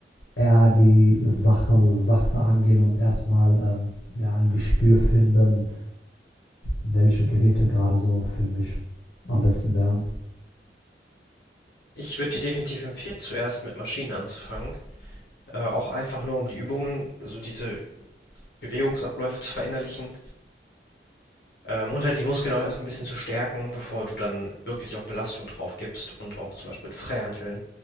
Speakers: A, on the left; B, on the left.
A: eher die Sache sachte angehen und erstmal ähm, ja, ein Gespür finden, welche Geräte gerade so für mich am besten wären?
B: Ich würde dir definitiv empfehlen, zuerst mit Maschinen anzufangen. Äh, auch einfach nur, um die Übungen, also diese Bewegungsabläufe zu verinnerlichen ähm, und halt die Muskeln auch erstmal ein bisschen zu stärken, bevor du dann wirklich auch Belastung drauf gibst und auch zum Beispiel mit Freihandeln,